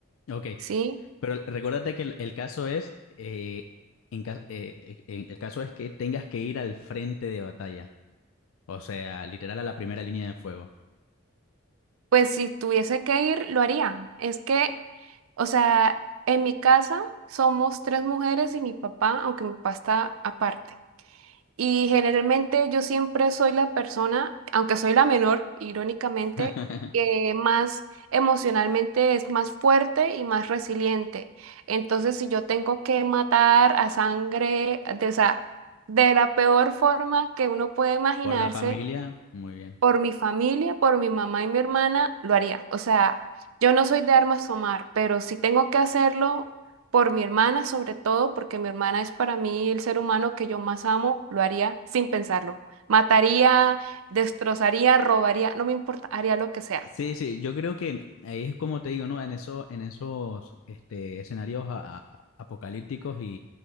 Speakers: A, on the left; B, on the right.
A: Ok.
B: ¿sí?
A: Pero recuérdate que el, el caso es, eh, en ca- eh, eh, en- el caso es que tengas que ir al frente de batalla. O sea, literal a la primera línea de fuego.
B: Pues si tuviese que ir, lo haría. Es que, o sea, en mi casa somos tres mujeres y mi papá, aunque mi papá está aparte. Y generalmente yo siempre soy la persona, aunque soy la menor, irónicamente,
A: <laughs>
B: que más emocionalmente es más fuerte y más resiliente. Entonces, si yo tengo que matar a sangre, de, o sea, de la peor forma que uno puede imaginarse
A: Por la familia, muy bien.
B: por mi familia, por mi mamá y mi hermana, lo haría. O sea, yo no soy de armas tomar, pero si tengo que hacerlo por mi hermana, sobre todo, porque mi hermana es para mí el ser humano que yo más amo, lo haría sin pensarlo. Mataría, destrozaría, robaría, no me importa, haría lo que sea.
A: Sí, sí, yo creo que ahí es como te digo, ¿no? En eso, en esos este, escenarios a- a- apocalípticos